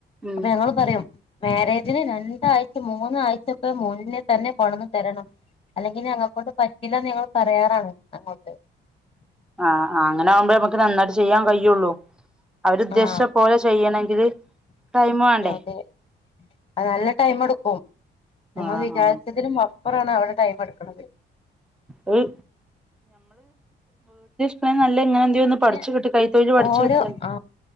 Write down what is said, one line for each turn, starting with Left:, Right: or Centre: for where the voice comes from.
Centre: ഉം
Left: അപ്പൊ ഞങ്ങള് പറയും മാരേജിന് രണ്ടാഴ്ച മൂന്നാഴ്ചക്കെ മുന്നേ തന്നെ കൊടന്നു തരണം അല്ലെങ്കിൽഞങ്ങളെക്കൊണ്ട് പറ്റില്ലന്ന് ഞങ്ങൾ പറയാറാണ് അങ്ങോട്ട്
Centre: ആഹ് അങ്ങനെ ആകുമ്പോേ നമുക്ക് നന്നായിട്ട് ചെയ്യാൻ കഴിയുള്ളു അവരു ഉദ്ദേശിച്ച
Left: ആഹ്
Centre: പോലെ ചെയ്യണെങ്കില് ടൈം വേണ്ടേ
Left: അതെ അത് നല്ല ടൈം എടുക്കും ഞമ്മൾ
Centre: ആഹ്
Left: വിചാരിച്ചതിനും
Centre: ആഹ്
Left: അപ്പുറാണ് അവരെ ടൈം എടുക്കണത്
Centre: ഒരു അ നല്ല ഇങ്ങനെ എന്തെലും ഒന്ന്
Left: പിന്നെ
Centre: പഠിച്ചു കിട്ടി കൈത്തൊഴില് പഠിച്ചു
Left: ഓരോ
Centre: കിട്ടിയാ
Left: ആ